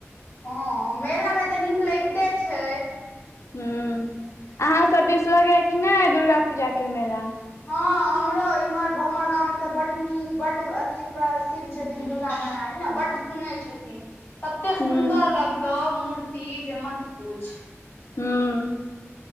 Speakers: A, on the left; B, on the left.
A: हँ मेला मे तऽ नीक लगिते छै
B: ह अहाँ सब दिसलगैया कि नहि दुर्गा पूजाके मेला
A: हँ हमरो इम्हर हमर गाममे तऽ बड नीक बड्ड अथी प्रसिद्ध छथिन दुर्गा महरानी आ बड्ड सुनै छथिन तते सुन्दर
B: हूँ
A: लगतौ मूर्ति जे मत पूछ
B: हँ